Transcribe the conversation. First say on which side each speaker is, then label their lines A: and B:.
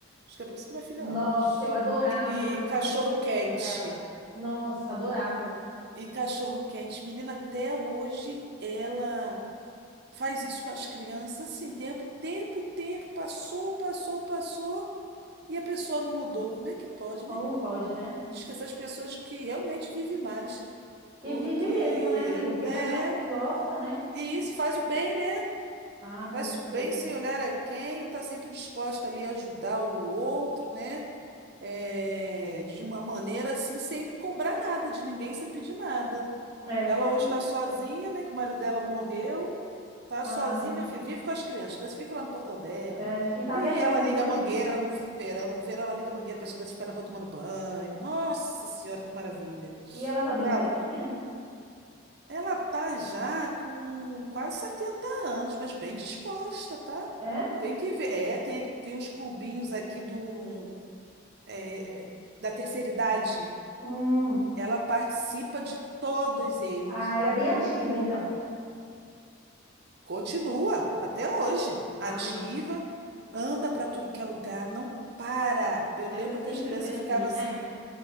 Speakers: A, on the right (about 55°); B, on the right (about 20°).
A: acho que é por isso que minha filha
B: Nossa,
A: ama.
B: eu adorava
A: E
B: o macarrão
A: cachorro
B: com salsicha
A: quente.
B: dela. Nossa, adorava.
A: E cachorro quente. Menina, até hoje ela faz isso com as crianças, assim, tempo, tempo e tempo, passou, passou, passou, e a pessoa não mudou. Como é que pode,
B: Como
A: né?
B: pode, né?
A: Diz que essas pessoas que realmente vivem mais, porque,
B: E vive mesmo, né, amiga? Porque
A: né?
B: faz algo que gosta, né?
A: E isso faz o bem, né?
B: Ah, com
A: Faz
B: certeza.
A: o bem sem olhar a quem, está sempre disposta ali a ajudar o outro, né? É, de uma maneira assim, sem cobrar nada de ninguém, sem pedir nada.
B: É.
A: Ela hoje
B: E,
A: está sozinha, né? Que o marido dela morreu. Tá
B: Ah,
A: sozinha, minha filha, vive com as crianças. As crianças vivem lá no portão dela.
B: é. E tá
A: E
B: velhinha,
A: ela liga
B: né, amiga?
A: a mangueira no verão. No verão, ela liga a mangueira para as crianças ficarem na rua tomando banho. Nossa Senhora, que maravilha.
B: E ela tá bem
A: Fala.
B: velhinha?
A: Ela tá já com quase 70 anos, mas bem disposta, tá?
B: É?
A: Tem que ver. É, tem, tem uns clubinhos aqui do, é, da terceira idade.
B: Hum.
A: Ela participa de todos eles.
B: Ah, ela é bem ativa, então.
A: Continua até hoje,
B: Ai,
A: ativa, anda
B: que
A: para
B: bom.
A: tudo que é lugar, não para. Eu
B: Ela
A: lembro
B: sempre
A: que as crianças
B: foi assim,
A: ficavam assim
B: né?